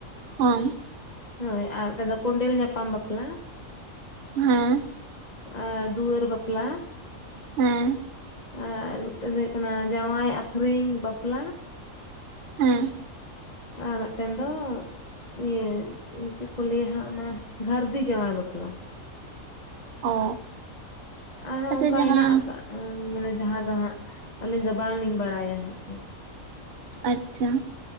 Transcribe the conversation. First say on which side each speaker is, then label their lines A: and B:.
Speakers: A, on the right; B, on the left.
A: ᱦᱚᱢ᱾
B: ᱦᱳᱭ ᱟᱨ‌ ᱢᱤᱫᱴᱮᱱ ᱫᱚ ᱠᱩᱸᱰᱮᱞ ᱧᱟᱯᱟᱢ ᱵᱟᱯᱞᱟ᱾
A: ᱦᱩᱸ᱾
B: ᱟ ᱫᱩᱣᱟᱹᱨ ᱵᱟᱯᱞᱟ,
A: ᱦᱮᱸᱻ
B: ᱟᱨ ᱢᱤᱫᱴᱮᱱ ᱫᱚ ᱦᱩᱭᱩᱜ ᱠᱟᱱᱟ ᱡᱟᱶᱟᱭ ᱟᱠᱷᱨᱤᱧ ᱵᱟᱯᱞᱟ᱾
A: ᱦᱮᱸ
B: ᱟᱨ ᱢᱤᱫᱴᱮᱱ ᱫᱚ ᱤᱭᱟᱹ ᱪᱮ ᱪᱮᱫ ᱠᱚ ᱞᱟᱹᱭᱟ ᱦᱟᱸᱜ ᱚᱱᱟ ᱜᱷᱟᱹᱨᱫᱤ ᱡᱟᱶᱟᱭ ᱵᱟᱯᱞᱟ᱾
A: ᱚ
B: ᱟᱨᱦᱚᱸ
A: ᱟᱪᱪᱷᱟ
B: ᱚᱱᱠᱟ
A: ᱡᱟᱦᱟᱸ
B: ᱦᱮᱱᱟᱜ ᱟᱠᱟᱜᱼᱟ ᱢᱟᱱᱮ ᱡᱟᱦᱟᱸ ᱫᱚ ᱦᱟᱸᱜ ᱟᱹᱞᱤᱧ ᱫᱚ ᱵᱟᱝᱞᱤᱧ ᱵᱟᱲᱟᱭᱟ ᱦᱟᱸᱜ᱾
A: ᱟᱪᱪᱷᱟ